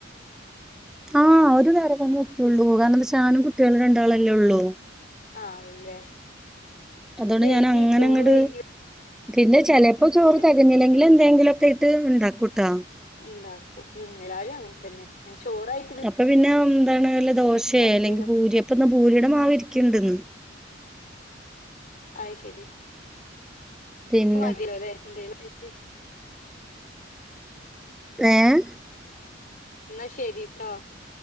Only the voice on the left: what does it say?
ആഹ് ഒള്ളൂല്ലേ
വൈകി
ചോറ്
വൈകി
മതില്ലേ
എന്നാ
ഇണ്ടാക്കും ഉം എല്ലാരും അങ്ങനെതന്നെ ഞാൻ ചോറായി
എന്തേലൊക്കെ
അയ് ശരി
മതിലോലേ എന്തേലൊക്കായ്റ്റ്
ഇന്നാ ശരിട്ടോ